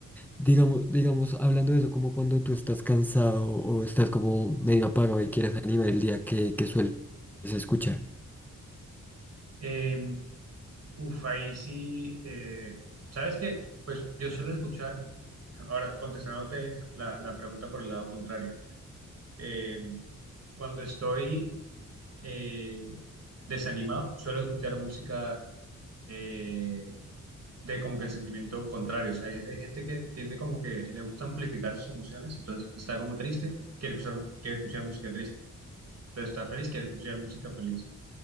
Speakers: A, in the centre; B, on the right.
A: Digamos, digamos, hablando de eso, como cuando tú estás cansado o estás como medio apagado y quieres animar el día que, que sueles escuchar.
B: Eh, uf, ahí sí, eh, ¿sabes qué? Pues yo suelo escuchar, ahora contestándote la, la pregunta por el lado contrario. Eh, cuando estoy eh, desanimado, suelo escuchar música. eh, de como que el sentimiento contrario. O sea, hay, hay gente que tiende como que le gusta amplificar sus emociones, entonces está como triste, quiere escuchar, quiere escuchar música triste. Entonces está feliz, quiere escuchar música feliz.